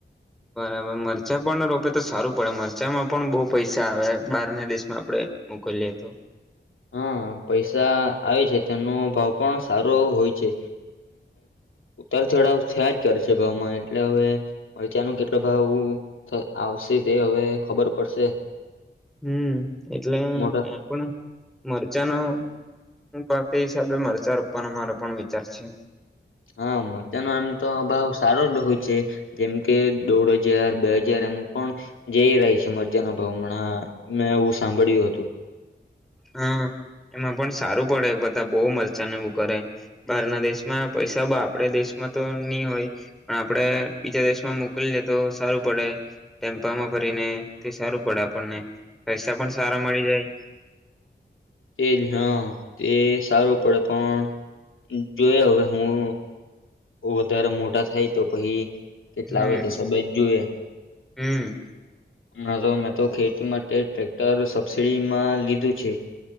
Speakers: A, in the centre; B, on the left (about 80°).
A: બરાબર મરચા પણ રોપે તો સા સારું પડે મરચામાં પણ બો પૈસા આવે બહારને દેશમાં આપણે મોકલીએ તો.
B: હા પૈસા આવે છે તેનો ભાવ પણ સારો હોય છે ઉતાર ચઢાવ થયા જ કરે છે ભાવમાં એટલે હવે મરચાનું કેટલો ભાવ આવશે તે હવે ખબર પડશે.
A: હમ્મ એટલે
B: મોટો
A: એમ પણ મરચાં નો હું ભાવ તે હિસાબે મરચાં રોપવાનો મારો પણ વિચાર છે.
B: હા, મરચાનો આમ તો અ ભાવ સારો જ હોય છે જેમ કે દોઢ હજાર બે હજાર એમ પણ જઈ રહી છે મરચાના ભાવ હમણા મેં એવું સાંભળ્યું હતું.
A: હા એમાં પણ સારું પડે બધા બો મરચાને એવું કરે બહારના દેશમાં પૈસા પણ આપણે દેશમાં તો ની હોય પણ આપણેે બીજા દેશમાં મોકલીએ તો સારું પડે ટેમ્પામાં ભરીને તે સારું પડે આપણને. પૈસા પણ સારા મળી જાય.
B: તે જ હા તે સારું પડે પણ જોયે હવે હું વધારે મોટા થાય તો પહી કેટલા
A: હમ
B: આવે તે હિસાબે જોઈએ.
A: હમ
B: હમણાં તો મેં તો ખેતી માટે ટ્રેક્ટર સબસીડીમાં લીધું છે.